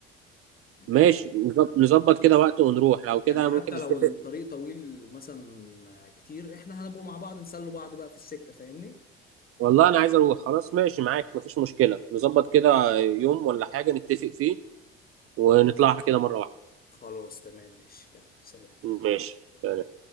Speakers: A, on the right; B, on the left.
A: ماشي
B: دهب
A: نظب- نظبط كده وقت ونروح لو
B: يعني
A: كده
B: حتى
A: ممكن نتفق
B: لو الطريق طويل مثلا كتير احنا هنبقوا مع بعض نسلوا بعض بقى في السكة فاهمني
A: والله انا عايز اروح خلاص ماشي معاك مفيش مشكله نظبط كده يوم ولا حاجه نتفق فيه ونطلعها كده مره واحده
B: خلاص تمام ماشي يلا سلام
A: ماشي سلام.